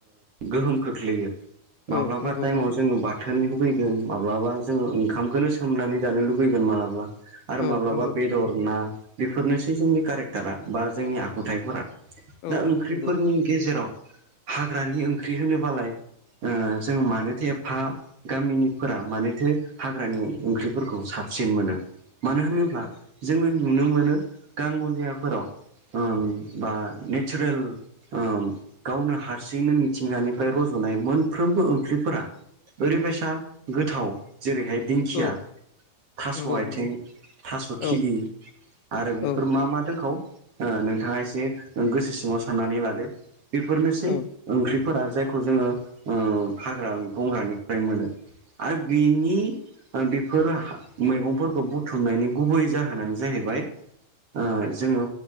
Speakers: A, on the right; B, on the left.
A: गोहोम खोख्लैयो। माब्लाबा
B: औ नंगौ
A: टाइमाव
B: नंगौ
A: जोङो बाथोन लुबैगोन माब्लाबा जोङो ओंखामखौनो सोमनानै जानो लुबैगोन मालाब्ला आरो
B: औ
A: माब्लाबा
B: नंगौ
A: बे बेफोरनोसै जोंनि कारेक्टारा बा जोंनि आखुथायाइफोरा दा
B: औ
A: ओंख्रिफोरनि
B: नंगौ
A: गेजेराव हाग्रानि ओंख्रि होनोबालाय ओ जों मानोथो एफा गामिनिफोरा मानोथो हाग्रानि ओंख्रिफोरखौ सा बसिन मोनो। मानो होनोब्ला जोङो नुनो मोनो गाङलियाफोराव ओम बा ने नेचारेल ओ गावनो हारसिंनो मिथिंगानिफ्राय रज'नाय मोनफ्रोमबो ओंख्रिफोरा ओरैबायसा गोथाव जेरैहाय दिंखिया
B: औ
A: थास'
B: नंगौ
A: आथिं,
B: नंगौ
A: थास' खिलि
B: औ
A: आरो बेफोर
B: औ
A: मा मा दोंखाव ओ नोंथाङा एसे गोसो सिङाव साननानै लादो। बेफोरनोसै
B: औ
A: ओंख्रै फोरा जायखौ जोङो ओ हाग्रा बंग्रानिफ्राय मोनो आरो बिनि ओ बेफोर हा मैगंफोरखौ बुथुमनायनि गुबै जाहोनानो जाहैबाय ओ जोङो